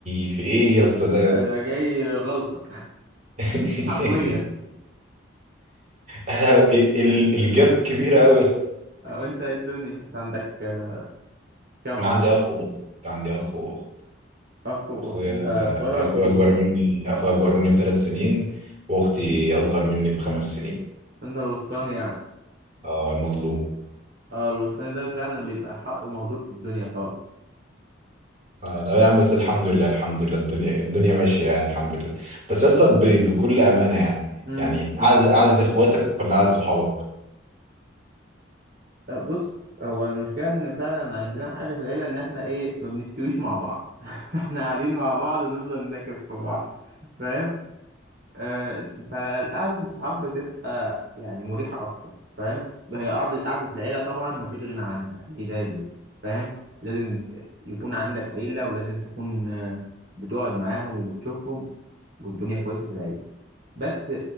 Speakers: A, on the right; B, on the right.
A: في ايه يا اسطى ده يا
B: انا
A: اسطى
B: جاي غلطه
A: <laughs>
B: <laughs> حرفيا
A: احنا ال- ال- الجاب كبيرة قوي بس
B: آه، انت إيه الدنيا انت عندك آه، كام
A: انا
B: اخ
A: عندي اخ واخت عندي اخ واخت
B: اخ واخت
A: اخويا
B: انت صغير ولا
A: اخويا
B: كبير
A: اكبر مني اخويا اكبر مني بثلاث سنين واختي اصغر مني بخمس سنين
B: انت الوسطاني يعني
A: اه المظلوم
B: اه الوسطاني ده فعلا بيبقى حقه مهدور في الدنيا خالص
A: اه لا يا عم بس الحمد لله الحمد لله الدنيا الدنيا ماشية يعني الحمد لله بس يا اسطى ب- بكل امانة يعني
B: امم
A: يعني قعدة قعدة اخواتك ولا قعدة صحابك
B: آه، بص هو المشكلة ان فعلا عندنا حاجة في العيلة ان احنا ايه ما بنستويش مع بعض <laughs> احنا قاعدين مع بعض ونفضل ننكب في بعض فاهم آه فقعدة الصحاب بتبقى يعني مريحة اكتر فاهم هي قعدة قعدة العيلة طبعا مفيش غنى عنها دي لازم فاهم لازم ت- يكون عندك عيلة ولازم تكون آه، بتقعد معاهم وبتشوفهم والدنيا كويسة في العيلة بس